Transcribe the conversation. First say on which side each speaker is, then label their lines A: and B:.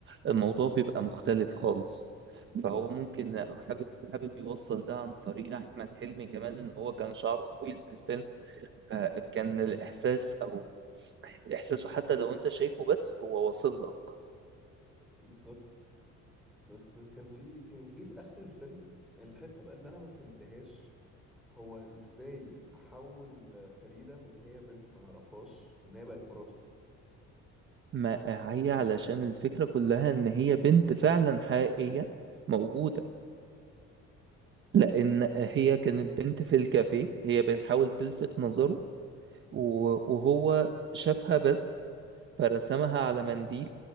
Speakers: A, on the right; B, in the centre.
A: الموضوع بيبقى مختلف خالص
B: بالظبط
A: فهو ممكن حابب حابب يوصل ده عن طريق احمد حلمي كمان ان هو كان شعره طويل في الفيلم فكان الاحساس او الاحساس حتى لو انت شايفه بس هو واصل لك
B: بالظبط بس كان في يعني جه في اخر الفيلم الحتة بقى اللي انا ما فهمتهاش هو ازاي حول فريدة من هي بنت ما يعرفهاش لان هي بقت مراته
A: ما هي علشان الفكرة كلها ان هي بنت فعلا حقيقية موجودة لان هي كانت بنت في الكافيه هي بتحاول تلفت نظره و- وهو شافها بس فرسمها على منديل